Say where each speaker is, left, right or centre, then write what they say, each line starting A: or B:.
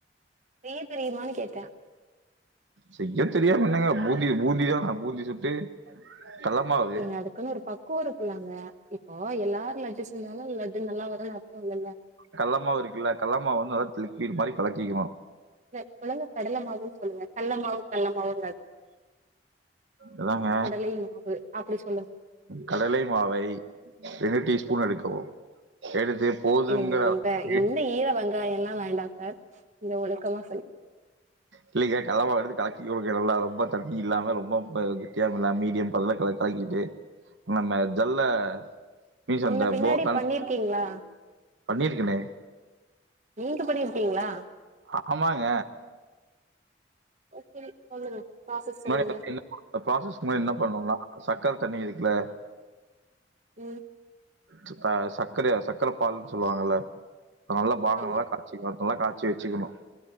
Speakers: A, on the right; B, on the right.
A: செய்ய தெரியுமானு கேட்ட
B: செய்ய தெரியாம என்னங்க பூந்தி பூந்திதான பூந்தி சுட்டு கடலமாவு
A: ஏங்க அதுக்குனு ஒரு பக்குவ இருக்குல்லங்க இப்போ எல்லாரு லட்டு செஞ்சாலு லட்டு நல்லா வருன்னு அர்த்த இல்லல்ல
B: கடலமாவு இருக்குல்ல கடலமாவு வந்து நல்லா லிக்விட் மாரி கலக்கிக்கனு
A: இல்ல ஒழுங்கா கடலமாவுன் சொல்லுங்க கல்லமாவு கல்லமாவு
B: அதாங்க
A: கடலை மாவு அப்டி சொல்லுங்க
B: கடலை மாவை ரெண்டு டீஸ் பூன் எடுக்கவும் எடுத்து போதுங்கிற
A: இல்லிங்க
B: அளவுக்கு
A: இங்க இந்த ஈர வெங் காய எல்லா வேண்டா சார் இந்த ஒழுக்கலா
B: இல்லிங்க கல்லமாவ எடுத்து கலக்கிகோங்க நல்லா ரொம்ப தண்ணி இல்லாம ரொம்போ கெட்டியாவு இல்லாம மீடியம் பதுல க கலக்கிட்டு நம்ம ஜல்ல மீன்ஸ்
A: முன்ன
B: அந்த
A: பின்னாடி
B: போ தன்
A: பண்ணிருக்கிங்ளா
B: பண்ணிருக்கனே
A: நீங்க பண்ணிருக்கீங்ளா
B: ஆ ஆமாங்க
A: ஓகே சொல்லுங்க ப்ராசஸ்
B: முன்னாடி
A: சொல்லுங்க
B: பாத்தீங்கன்னா இந்த ப்ரோஸ்ஸஸ் முன்னாடி என்ன பண்ணணுணா சக்கர தண்ணி இருக்குல
A: உம்
B: த்த அ சக்கரயா சக்கர பாகனு சொல்வாங்கல நல்லா பாக
A: ஆமா
B: நல்லா காச்சிக்கோ நல்லா காச்சி வச்சுக்குணும்